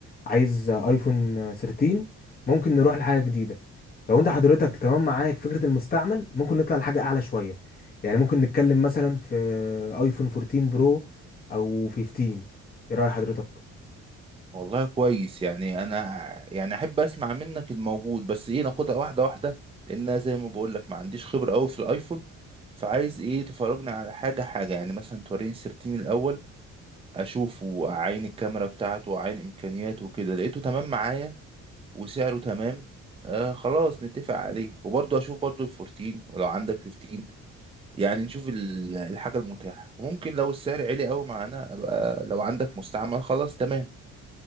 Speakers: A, on the left (about 30°); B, on the right (about 20°).
A: عايز آه، ايفون آه، 13 ممكن نروح لحاجه جديده لو انت حضرتك تمام معاك فكره المستعمل ممكن نطلع لحاجه اعلى شويه يعني ممكن نتكلم مثلا في آه، ايفون 14 برو او 15 ايه راي حضرتك
B: والله كويس يعني انا يعني احب اسمع منك الموجود بس ايه ناخدها واحده واحده لان أنا زي ما بقول لك ما عنديش خبره قوي في الايفون فعايز ايه تفرجني على حاجه حاجه يعني مثلا توريني السيرتين الاول اشوفه اعاين الكاميرا بتاعته واعاين امكانياته وكده لقيته تمام معايا وسعره تمام آه خلاص نتفق عليه وبرضه اشوف برضه ال14 ولو عندك 15 يعني نشوف ال- الحاجة المتاحة ممكن لو السعر عالي قوي معانا أبقى لو عندك مستعمل خلاص تمام